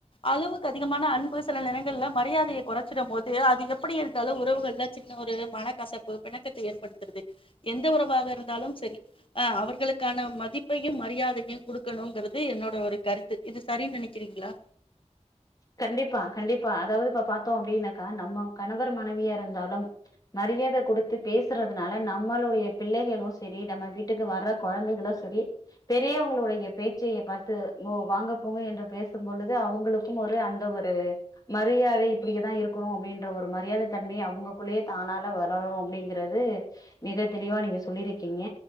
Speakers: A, on the left (about 45°); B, on the left (about 30°).
A: அளவுக்கு அதிகமான அன்பு சில நேரங்கள்ல மரியாதையை குறைச்சிடும் போது அது எப்படி இருந்தாலு உறவுகள்ல சின்ன ஒரு மனக்கசப்பு பிணக்கத்த ஏற்படுத்தறது எந்த உறவாக இருந்தாலும் சரி ஆ அவர்களுக்கான மதிப்பையும் மரியாதையும் குடுக் இருக்கணுங்கறது என்னோட ஒரு கருத்து இது சரின்னு நெனைக்கிறிங்ளா
B: கண்டிப்பா கண்டிப்பா அதாவது இப்ப பாத்தோ அப்டினாக்கா நம்ம கணவர் மனைவியா இருந்தாலும் மரியாதை குடுத்து பேசுறதுனால நம்மளுடைய பிள்ளைகளு சரி நம்ம வீட்டுக்கு வர்ற கெழந்தைகளு சரி பெரியவங்களுடைய பேச்சைய பாத்து ஓ வாங்க போங்க என்று பேசும் பொழுது அவங்களுக் ம் ஒரு அந்த ஒரு மரியாதை இப்படிதா இருக்கணு அப்படின்ற ஒரு மரியாதை தன்மை அவங்களுக்குள்ளேயே தானால வளரனு அப்டிங்கறது மிக தெளிவா நீங்க சொல்லிருக்கிங்க